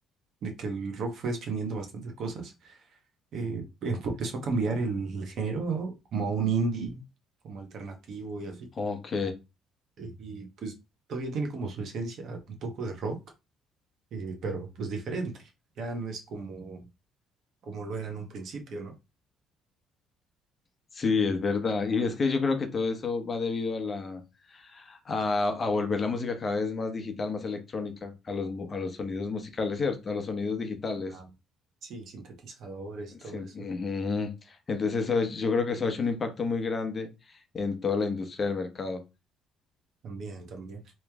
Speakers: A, on the right; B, on the left.
A: De que el rock fue desprendiendo bastantes cosas. eh, eh, fue- empezó a cambiar el género ¿no? como a un indie, como alternativo y así.
B: Ok.
A: Eh, Y pues todavía tiene como su esencia un poco de rock, eh, pero pues diferente. Ya no es como, como lo era en un principio, ¿no?
B: Sí, es verdad. Y es que yo creo que todo eso va debido a la a, a volver la música cada vez más digital, más electrónica, a los mu- a los sonidos musicales, ¿cierto? A los sonidos digitales.
A: Ah, sí, sintetizadores y todo
B: Sí, ujú.
A: eso.
B: Entonces eso, ha- yo creo que eso ha hecho un impacto muy grande en toda la industria del mercado,
A: También, también.